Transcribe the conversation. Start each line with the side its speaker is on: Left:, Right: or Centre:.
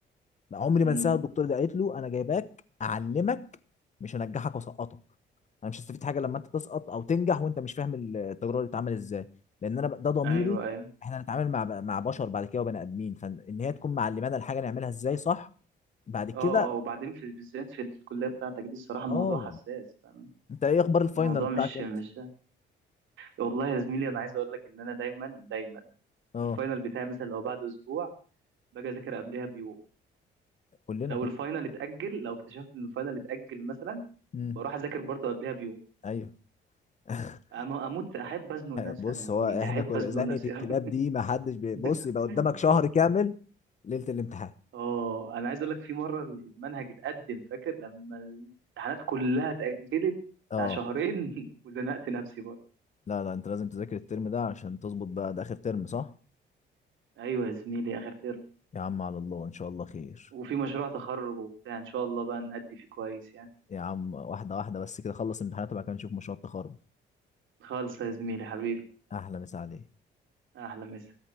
Left: ما عمري
Right: امم
Left: ما انساها الدكتور ده قالت له انا جايباك اعلمك مش هنجحك واسقطك انا مش هستفيد حاجه لما انت تسقط او تنجح وانت مش فاهم ال- التجربه اللي بتتعمل ازاي لان انا ب- ده ضميري
Right: ايوه ايوه
Left: احنا هنتعامل مع ب- مع بشر بعد كده وبني ادمين فان هي تكون معلمانا الحاجه نعملها ازاي صح بعد كده
Right: اه اه وبعدين في بالذات في الكلية بتاعتك دي الصراحة الموضوع
Left: اه
Right: حساس فاهم
Left: انت ايه اخبار الفاينل
Right: الموضوع
Left: بتاعك
Right: مش
Left: امتى
Right: مش والله يا زميلي انا عايز اقول لك ان انا دايما دايما
Left: اه
Right: الفاينل بتاعي مثلا لو بعد اسبوع باجي اذاكر قبلها بيوم
Left: كلنا
Right: لو
Left: كده
Right: الفاينل اتأجل لو اكتشفت ان الفاينل اتأجل مثلا
Left: امم
Right: بروح اذاكر برضو قبلها بيوم
Left: ايوه <laughs>
Right: أم- اموت احب ازنق نفسي
Left: بص
Right: انا يا
Left: هو
Right: زميلي
Left: احنا
Right: احب
Left: كل
Right: ازنق
Left: زنقه
Right: نفسي
Left: الكلاب
Right: أوي.
Left: دي ما حدش بي- بص
Right: <laughs>
Left: يبقى قدامك شهر كامل ليله الامتحان
Right: اه انا عايز اقول لك في مره المنهج اتقدم فاكر لما الامتحانات كلها اتاجلت
Left: اه
Right: بتاع شهرين <laughs> وزنقت نفسي برضه
Left: لا لا انت لازم تذاكر الترم ده عشان تظبط بقى ده اخر ترم صح
Right: ايوه يا زميلي اخر ترم
Left: يا عم على الله ان شاء الله خير
Right: وفي مشروع تخرج وبتاع ان شاء الله بقى نأدي فيه كويس يعني
Left: يا عم واحده واحده بس كده خلص امتحانات وبعد كده نشوف مشروع التخرج
Right: خالص يا زميلي حبيبي
Left: احلى مسا عليك
Right: احلى مسا